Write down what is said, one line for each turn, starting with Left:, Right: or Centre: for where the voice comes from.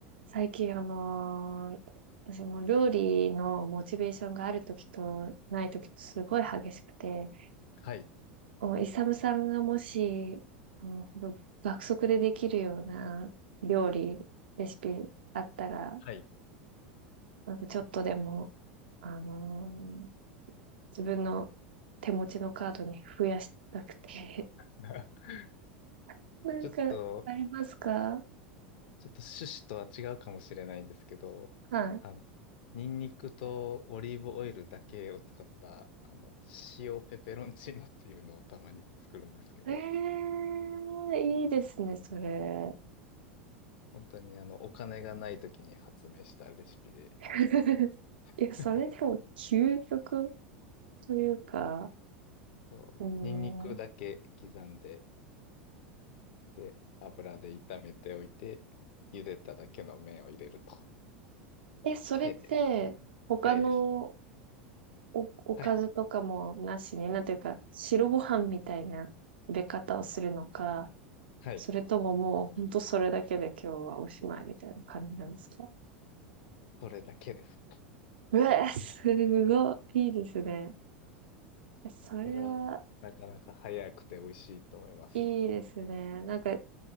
Right: 最近、あのーその料理のモチベーションがあるときとないときとすごい激しくて、
Left: はい。
Right: おイサムさんがもし、あの、ほんと爆速でできるような料理、レシピあったら、
Left: はい。
Right: なんかちょっとでも、あのー自分の手持ちのカードに増やしたくて、
Left: <laughs>
Right: <laughs> なんかありますか
Left: ちょっと、ちょっと趣旨とは違うかもしれないんですけど、
Right: はい。
Left: あの、ニンニクとオリーブオイルだけを使った、あの、塩ペペロンチーノっていうのをたまに作るんですけど、
Right: えー、いいですね、それ。
Left: 本当にあの、お金がない時に発明したレシピで、
Right: <laughs> いや、
Left: <laughs>
Right: それでも究極というか、
Left: そう、
Right: うーん。
Left: ニンニクだけ刻んで、で、油で炒めておいて、茹でただけの麺を入れると。
Right: え、
Left: はい。
Right: それって、他の
Left: 早いですね。
Right: お、おかずとかもなしに、
Left: はい。
Right: なんていうか、白ご飯みたいな食べ方をするのか、
Left: はい。
Right: それとももう、ほんとそれだけで今日はおしまいみたいな感じなんですか
Left: それだけです。
Right: うわ、すごい、いいですね。いやそれは、
Left: これはなかなか早くて美味しいと思います。
Right: いいですね。なんか、